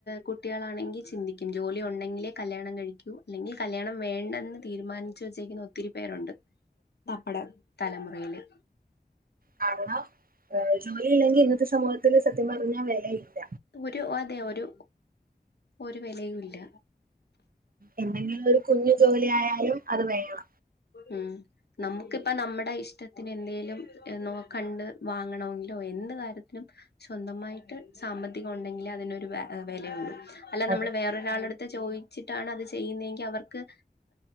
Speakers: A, on the left; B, on the right.
A: കുട്ടികളാണെങ്കിൽ ചിന്തിക്കും ജോലി ഒണ്ടെങ്കിലേ കല്യാണം കഴിക്കൂ. അല്ലെങ്കിൽ കല്യാണം വേണ്ടെന്ന് തീരുമാനിച്ചു വെച്ചിരിക്കുന്ന ഒത്തിരി പേരുണ്ട്. നമ്മുടെ തലമുറയില്
B: കാരണം ജോലിയില്ലെങ്കിൽ ഇന്നത്തെ സമൂഹത്തിൽ സത്യം പറഞ്ഞാൽ വെലയില്ല.
A: ഒരു അതെ ഒരു ഒരു വെലയുല്ല.
B: എന്തെങ്കിലും ഒരു കുഞ്ഞു ജോലിയയാലും അത് വേണം.
A: ഉം നമുക്കിപ്പ നമ്മുടെ ഇഷ്ടത്തിന് എന്തേങ്കലും കണ്ട് വാങ്ങണമെങ്കിലോ എന്ത് കാര്യത്തിനും- സ്വന്തമായിട്ട് സാമ്പത്തികം ഒണ്ടെങ്കിലേ അതിനൊരു വെലയുള്ളു. അല്ല
B: അത്
A: നമ്മള് വേറൊരാളുടെ അടുത്ത് ചോദിച്ചിട്ടാണ് അത് ചെയ്യുന്നതെങ്കിൽ അവർ നമുക്ക്